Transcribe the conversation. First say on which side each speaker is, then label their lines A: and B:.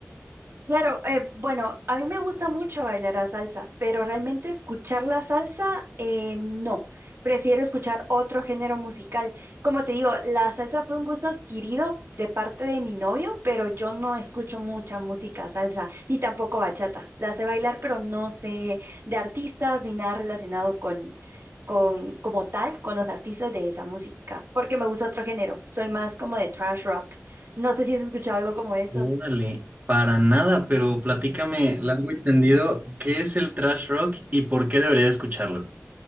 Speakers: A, on the right (about 50°); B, on the right (about 35°).
A: Claro, eh, bueno, a mí me gusta mucho bailar la salsa, pero realmente escuchar la salsa, eh, no. Prefiero escuchar otro género musical. Como te digo, la salsa fue un gusto adquirido de parte de mi novio, pero yo no escucho mucha música salsa, ni tampoco bachata. La sé bailar, pero no sé de artistas ni nada relacionado con, con, como tal, con los artistas de esa música, porque me gusta otro género. Soy más como de trash rock. No sé si has escuchado algo como eso.
B: Órale, para nada, pero platícame largo y tendido, ¿qué es el trash rock y por qué debería de escucharlo?